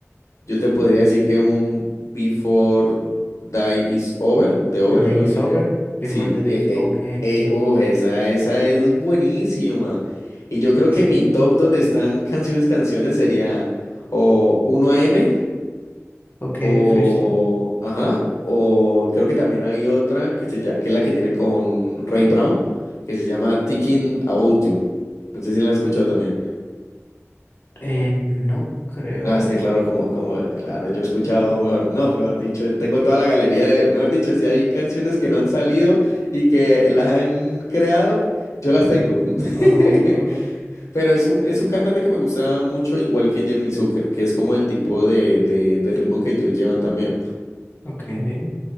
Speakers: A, on the left; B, on the left.
A: Yo te podría decir que un Before Die Is Over, de Over,
B: The day
A: algo así
B: is over,
A: que.
B: before
A: Sí,
B: the day
A: eh,
B: is
A: eh,
B: okay, okay.
A: eh, uf, esa, esa es buenísima. Y yo creo
B: Esa,
A: que mi top donde están canciones, canciones sería o uno a m
B: okay,
A: o.
B: freestyle.
A: Ajá, o creo que también hay otra que, se llama, que es la que tiene con Ray Brown, que se llama Thinking About You. No sé si la he escuchado también.
B: Eh, no creo.
A: No, es que claro, como, como, claro, yo he escuchado, mejor, no, mejor dicho, tengo toda la galería de, mejor dicho, si hay canciones que no han salido y que las han creado, yo las tengo. <laughs>
B: oh,
A: Pero es un, es un cantante que me gusta mucho, igual que Jeremy Zucker, que es como el tipo de, de, de ritmo que ellos llevan también.
B: okay.